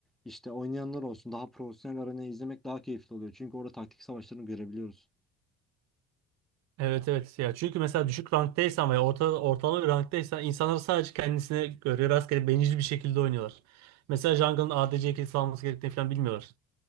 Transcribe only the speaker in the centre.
işte oynayanlar olsun. Daha profesyonel arenayı izlemek daha keyifli oluyor. Çünkü orada taktik savaşlarını görebiliyoruz.